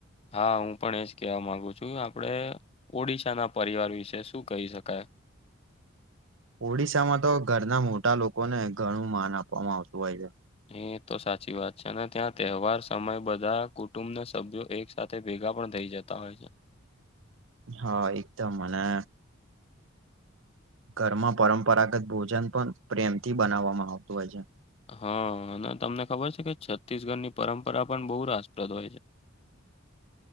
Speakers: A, on the left (about 30°); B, on the right (about 65°).
A: હા હું પણ એજ કહેવા માગુ છું આપણે ઓડિશાના પરિવાર વિશે શું કહી શકાય
B: ઓડિશામાં તો ઘરના મોટા લોકોને ઘણું માન આપવામાં આવતું હોય છે
A: એ તો સાચી વાત છે અને ત્યાં તહેવાર સમય બધા કુટુંબના સભ્યો એક સાથે ભેગા પણ થઇ જતા જતા હોય છે
B: હા એકદમ અને ઘરમાં પરંપરાગત ભોજન પણ પ્રેમથી બનાવવામાં આવતું હોય
A: હા અને તમને ખબર છે કે છત્તીસગઢ ની પરંપરા પણ બહુ રાષ્ટ્રપદ હોય છે